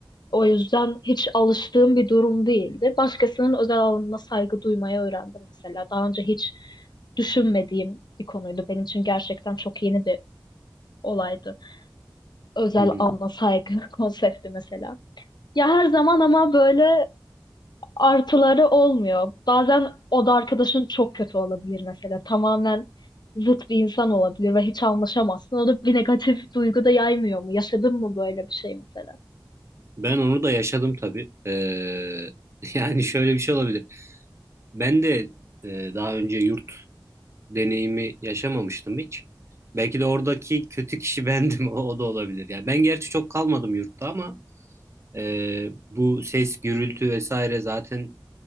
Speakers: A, on the left; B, on the right.
A: O yüzden hiç alıştığım bir durum değildi. Başkasının özel alanına saygı duymayı öğrendim mesela. Daha önce hiç düşünmediğim bir konuydu. Benim için gerçekten çok yeni bir olaydı özel
B: hı hı.
A: alma saygı <laughs> konsepti mesela. Ya her zaman ama böyle artıları olmuyor. Bazen o da arkadaşın çok kötü olabilir mesela. Tamamen zıt bir insan olabilir ve hiç anlaşamazsın. O da bir negatif duygu da yaymıyor mu? Yaşadın mı böyle bir şey mesela?
B: Ben onu da yaşadım tabii. Ee, <laughs> yani şöyle bir şey olabilir. Ben de e, daha önce yurt deneyimi yaşamamıştım hiç. Belki de oradaki kötü kişi bendim. <laughs> O, o da olabilir. Yani ben gerçi çok kalmadım yurtta ama Ee, bu ses, gürültü vesaire zaten